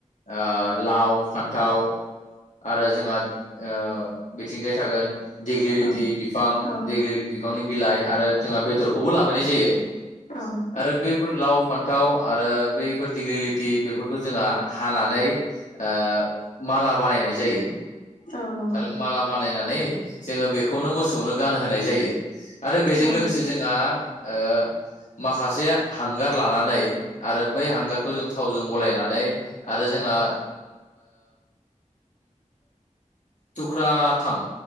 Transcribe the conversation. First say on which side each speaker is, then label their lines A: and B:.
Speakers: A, on the left; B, on the left.
A: ओ लाव फान्थाव आरो जोंहा ओ बिथिंजाय थागोन देग्लिलिथि
B: औ
A: बिफां
B: औ
A: देग्लिलिथि बिफांनि बिलाइ आरो जोंहा बेदरखौबो लाबोनाय जायो
B: औ नंगौ
A: आरो बैफोर लाव फान्थाव आरो बैफोर दिग्लिलिथि बेफोरखौ जोंहा हानानै ओ माला बानायनाय जायो
B: औ नंगौ
A: आरो माला बानायनानै जोङो बेखौनो मोसौनो गानहोनाय जायो। आरो बेजों
B: औ
A: लोगोसे जोंहा ओ माखासे हांगार लानानै आरो बै हांगारखौ जों थावजों गलायनानै आरो जोंहा टुक्रा टुका्